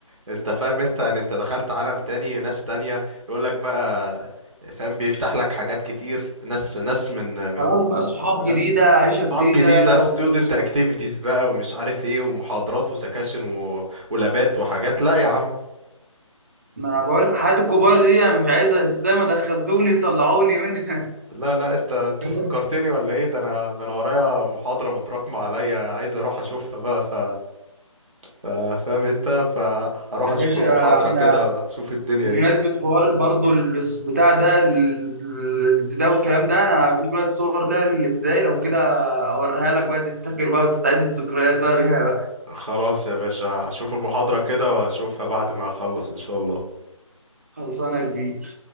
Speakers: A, on the right; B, on the right.
A: انت فاهم انت يعني انت دخلت عالم تاني ناس تانية يقولك بقى فاهم بيفتح لك حاجات كتير ناس ناس من من
B: خلاص بقى صحاب
A: فاهم
B: جديده عيشه جديده
A: صعاب جديدة student
B: و...
A: activities بقى ومش عارف ايه ومحاضرات وسكاشن و... ولابات وحاجات لا يا عم
B: ما انا بقول حياه الكبار دي انا مش عايز انت زي ما دخلتوني طلعوني منها
A: لا لا انت انت
B: <laughs>
A: فكرتني ولا ايه ده انا ده انا ورايا محاضرة متراكمة عليا عايز اروح اشوفها بقى ف... ف... فاهم انت فهروح
B: يا
A: اشوف
B: باشا
A: المحاضرة
B: احنا
A: كده اشوف الدنيا
B: بمناسبة
A: ايه
B: حوار برضو الس- بتاع ده ال- ال- الابتداء والكلام ده انا في شوية صور لها للابتدائي لو كده اوريها لك بقى تفتكر بقى وتستعيد الذكريات بقى بيها بقى
A: خلاص يا باشا اشوف المحاضرة كده واشوفها بعد ما اخلص ان شاء الله
B: خلصانة يا كبير